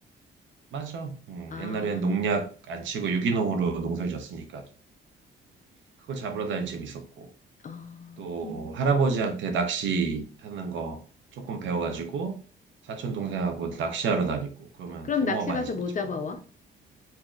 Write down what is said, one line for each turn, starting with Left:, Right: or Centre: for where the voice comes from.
Right: 맞아. 음,
Left: 아,
Right: 옛날엔 농약 안 치고 유기농으로 농사를 졌으니까 그거 잡으러 다니는 재밌었고
Left: 어,
Right: 또
Left: 음.
Right: 할아버지한테 낚시하는 거 조금 배워가지고 사촌 동생하고 낚시하러 다니고 그러면
Left: 그럼
Right: 붕어
Left: 낚시
Right: 많이
Left: 가서
Right: 잡았지
Left: 뭐 잡아와?
Right: 붕어.